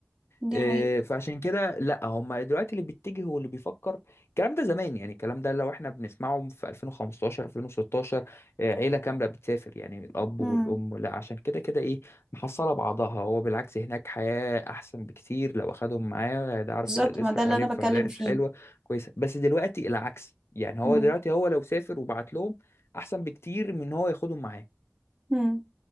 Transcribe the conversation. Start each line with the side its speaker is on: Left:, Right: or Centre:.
Right: دي
Left: إيه،
Right: حقيقة
Left: فعشان كده لا هم دلوقتي اللي بيتجه واللي بيفكر الكلام ده زمان يعني الكلام ده لو احنا بنسمعه في 2015 2016 إيه، عيله كامله بتسافر يعني الاب
Right: مم،
Left: والام لا عشان كده كده ايه محصله بعضها هو بالعكس هناك حياه احسن بكتير لو اخدهم معاه هيعرف
Right: بالظبط
Left: يد- يصرف
Right: ما ده اللي
Left: عليهم
Right: أنا
Left: في
Right: بتكلم
Left: مدارس
Right: فيه
Left: حلوه كويسه بس دلوقتي العكس يعني هو
Right: مم،
Left: دلوقتي هو لو سافر وبعت لهم احسن بكتير من ان هو ياخدهم معاه
Right: مم،